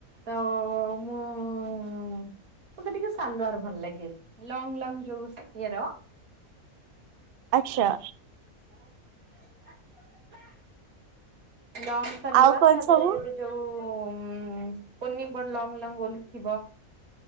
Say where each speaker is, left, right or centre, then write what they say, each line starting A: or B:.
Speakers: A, on the right (about 75°); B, on the right (about 60°).
A: ତ - ମୁଁ -- ମତେ ଟିକେ ସାଲୁଆାର ଭଲ ଲାଗେ ଲଙ୍ଗ ଲଙ୍ଗ ଯୋଉ ଇଏର <inaudible>
B: ଆଛା।
A: <unintelligible> ଲଙ୍ଗ ସାାଲୱାର
B: ଆଉ କଣ
A: ତାପରେ
B: ସବୁ
A: ଏବେ ଯୋଉ କୁନି ବଡ ଲଙ୍ଗ ଲଙ୍ଗ ନି ଥିବ।